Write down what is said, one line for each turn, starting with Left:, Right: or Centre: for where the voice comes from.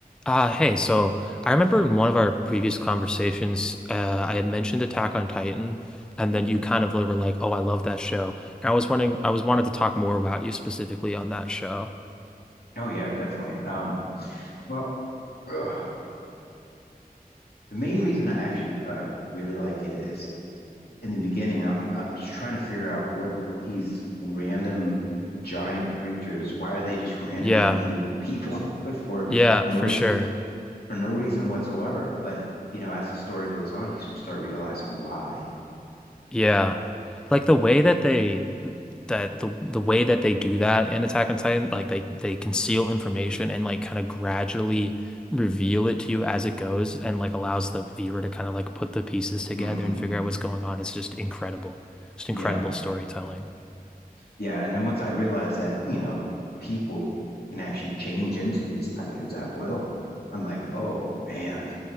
Centre: Uh, hey, so I remember in one of our previous conversations, uh, I had mentioned Attack on Titan, and
Left: Mhm.
Centre: then you kind of were like, "Oh, I love that show." And I was wondering, I was wanted to talk more about you specifically on that show.
Left: Oh yeah, definitely. Um, well, ugh, the main reason I actually uh, really like it is in the beginning, I'm I'm just trying to figure out what what these random giant creatures, why are they just randomly
Centre: Yeah,
Left: eating people <laughs> but for
Centre: yeah,
Left: for no
Centre: for
Left: reason
Centre: sure.
Left: for no reason whatsoever. But you know, as the story goes on, you start realizing why.
Centre: Yeah. Like the way that they that the the way that they do that in Attack on Titan, like they they conceal information and like kind of gradually reveal it to you as it goes and like allows the viewer to kind of like put the pieces together
Left: hmm
Centre: and figure out what's going on. It's just incredible. Just incredible
Left: Yeah.
Centre: storytelling.
Left: Yeah, and then once I realized that, you know, people can actually change into these titans at will, I'm like, oh man,